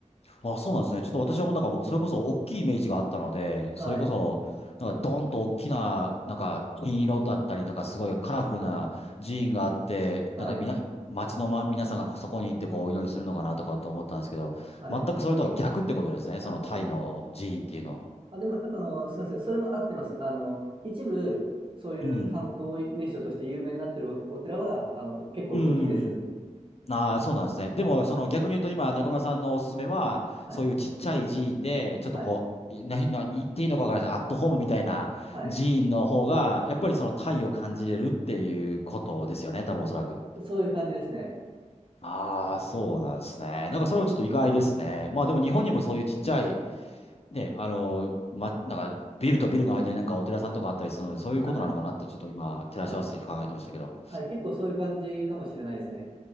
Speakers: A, on the left; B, on the right.
A: あ、そうなんですね。ちょっと私はもうなんかもう、
B: はい。
A: それこそ大きいイメージがあったので、
B: はい。
A: それこそ、なんかドンと大きな、なんか金色だったり、なんかすごいカラフルな寺院があって、
B: あ、はい。
A: なんかみな、町の、ま、皆さんがこうそこに行ってこうお祈りするのかなとかと思ったんですけど、
B: はい。
A: 全くそれとは逆ってことですね。
B: あ、
A: そのタイの寺院っていうのは。
B: あ、でも、あの、すみません。それも合ってます。あの、一部、そういう観光名所として有名になってるお、
A: うん。
B: お寺は、あの、結構大きいです。
A: うん。ああ、そうなんですね。でも、
B: はい。
A: その逆に言うと、今、中村さんのおすすめは、
B: はい。
A: そういうちっちゃい寺院で、ちょっとこう、
B: はい。
A: 何、何言っていいのかわからないです。アットホームみたいな寺院の方が、
B: はい。
A: やっぱりその体を感じれるっていうことですよね、多分おそらく。
B: そういう感じですね。
A: ああ、
B: あ、
A: そうなんですね。なんかそれもちょっと意外ですね。
B: わ
A: まあでも日本にもそういうちっちゃい、ね、あの、ま、なんかビルとビルの間になんかお寺さんとかあったりするので、そういうことなのかなってちょっと今、
B: あ、
A: 照らし合わせて考えてましたけど。
B: あ、はい。結構そういう感じかもしれないですね。